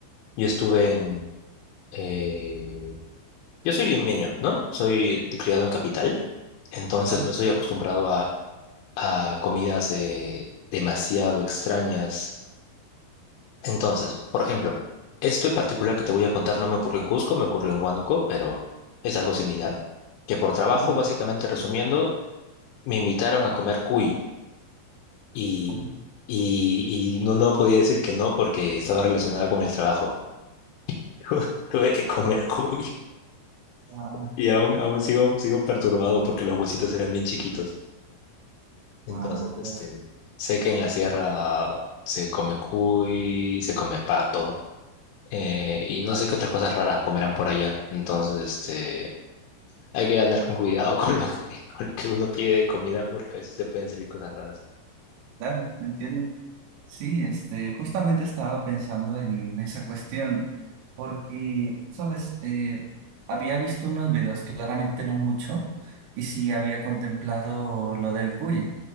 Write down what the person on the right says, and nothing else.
claro.
Ajá.
Guau,
guau,
guau,
Claro, entiendo. Sí, este, justamente estaba pensando en esa cuestión, porque, sabes, eh, había visto unos videos, claramente no mucho, y sí había contemplado lo del cuyo.